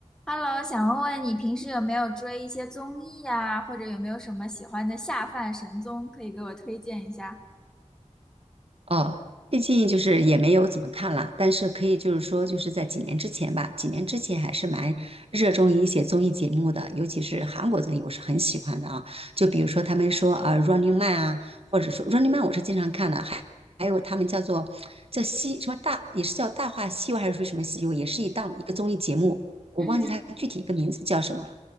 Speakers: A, in the centre; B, on the right (about 50°).
A: Hello，想问问你平时有没有追一些综艺啊，或者有没有什么喜欢的下饭神综，可以给我推荐一下？
B: 哦，最近就是也没有怎么看了，但是可以就是说，就是在几年之前吧，几年之前还是蛮热衷于一些综艺节目的，尤其是韩国综艺，我是很喜欢的啊。就比如说他们说呃《Running Man》啊，或者说《Running Man》，我是经常看的，还还有他们叫做叫西什么大，也是叫《大话西游》还是说什么西游，也是一档一个综艺节目，我忘记它具体一个名字叫什么了。
A: 嗯